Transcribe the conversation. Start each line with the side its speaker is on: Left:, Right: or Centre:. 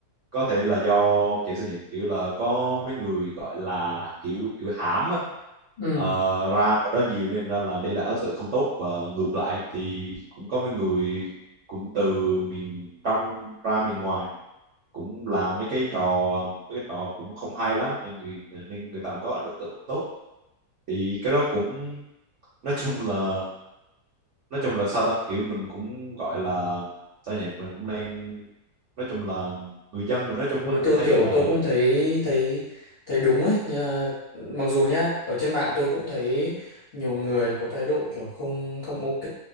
Right: có thể là do kiểu sao nhỉ kiểu là có mấy người gọi là kiểu kiểu hãm á
Left: Ừ.
Right: Ờ, ra ở đó nhiều nên ra là để lại ấn tượng không tốt và ngược lại thì cũng có mấy người cũng từ miền trong ra miền ngoài cũng làm mấy cái trò mấy cái trò cũng không hay lắm nên người nên người ta cũng có ấn tượng không tốt thì cái đó cũng nói chung là nói chung là sao ta kiểu mình cũng gọi là sao nhỉ mình cũng đang nói chung là người dân mình nói chung
Left: Ừ,
Right: á
Left: tôi
Right: tôi thấy
Left: kiểu
Right: là
Left: tôi cũng thấy thấy thấy đúng ấy nhờ, mặc dù nhá ở trên mạng tôi cũng thấy nhiều người có thái độ kiểu không không ok